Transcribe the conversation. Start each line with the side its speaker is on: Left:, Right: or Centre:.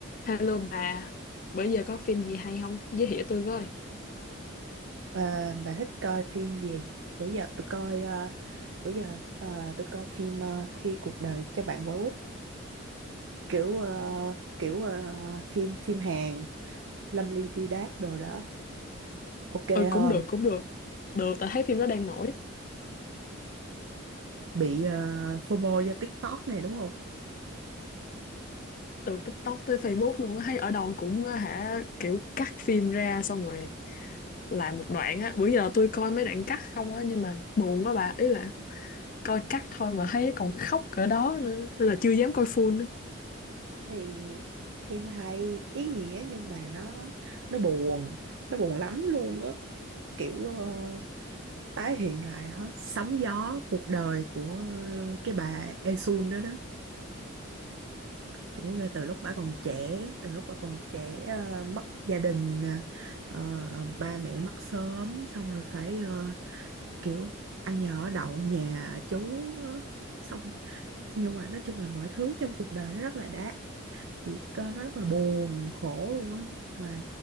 Left: Hello bà, bữa giờ có phim gì hay không? Giới thiệu tôi với.
Right: Ờ, bà thích coi phim gì? Bữa giờ tôi coi ờ, bữa giờ ờ, tôi coi phim ờ, Khi cuộc đời cho bạn quả quýt kiểu ờ, kiểu ờ, phim phim Hàn Lâm Ly Bi Đát đồ đó. Ok
Left: Ừ cũng
Right: không?
Left: được, cũng được. Được, tao thấy phim đó đang nổi.
Right: bị ờ, FOMO do TikTok này đúng không?
Left: Từ TikTok tới Facebook luôn á, thấy ở đâu cũng á hả kiểu cắt phim ra xong rồi làm một đoạn á. Bữa giờ tôi coi mấy đoạn cắt không á, nhưng mà buồn quá bà. Ý là coi cắt thôi mà thấy còn khóc cỡ đó nữa. Nên là chưa dám coi full nữa.
Right: Thì phim hay, ý nghĩa nhưng mà nó nó buồn, nó buồn lắm luôn á. Kiểu ờ, tái hiện lại hết. Sóng gió cuộc đời của ờ, cái bà Esun đó đó. Tiểu là từ lúc bà còn trẻ, từ lúc bà còn trẻ ờ, mất gia đình, nè, ờ, ba mẹ mất sớm, xong rồi phải ờ, kiểu ăn nhờ ở đậu nhà chú, ờ, xong nhưng mà nói chung là mọi thứ trong cuộc đời nó rất là đã, chỉ có nó rất là buồn khổ luôn á, mà